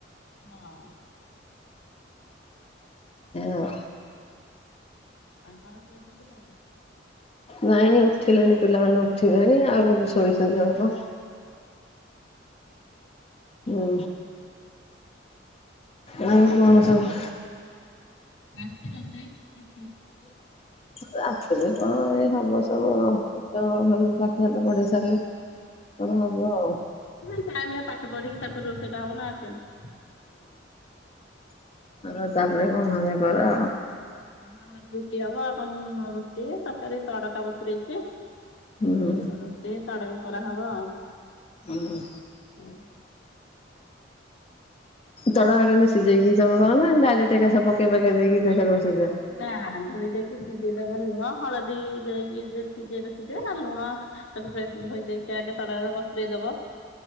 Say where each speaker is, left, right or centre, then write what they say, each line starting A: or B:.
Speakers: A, on the left; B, on the left.
A: ହଁ।
B: ଆଉ।
A: ହଁ ଆ ଘରେ ଶୋଇଚନ୍ତି ସବୁ?
B: ନାଇଁ ଉଠିଲେଣି ପିଲାମାନେ ଉଠିଲେଣି ଆଉ ଶୋଇଚନ୍ତି ଅଳ୍ପ। ହୁଁ ଆଉ କଣ ସବୁ
A: ରାତି ରୋଷେଇ ରୁଟି?
B: ରାତିରେ କଣ ଏଇ ହବ ସବୁ ସବୁ ପାଠା ସାଠ ପଢେଇ ସାରିଲେ ପୁଣି ହବୁ ଆଉ।
A: ହୁଁ ଟାଇମ୍ ରେ ପାଠ ପଢିକି ତାପରେ ରୋଷେଇଟା ହବନା କେମିତି
B: ହଁ ଆ ତାପରେ କଣ <unintelligible> କର।
A: ହଁ ଆମର ରୁଟି ହବ ଆଉ କଣ ରୁଟି ତରକାରୀ ତଡକା ବତୁରେଇଚି।
B: ହୁଁ।
A: ଆଉ ରୁଟି ତଡ଼କା କରାହବ ଆଉ।
B: ହୁଁ।
A: ହୁଁ।
B: ତଡ଼କା କେମିତି ସିଜେଇକି ତମେ କରନା ଡାଇରେକ୍ଟ ଏକା ସହ ପକେଇ ପକାଇ ଦେଇକି ପ୍ରେସରେ ବସେଇ ଦିଅ?
A: ନାଁ ଧୋଇ ଦେଇକି ସିଝେଇଦବ ଲୁଣ ହଳଦୀ ଦେଇକି ସିଝେଇବେ ସିଝେଇବେ ନା ଲୁଣ ତାକୁ ଫେସ୍ ଧୋଇ ଦେଇକି ଆଗେ ତଡ଼ାକା ବତୁରେଇ ଦବ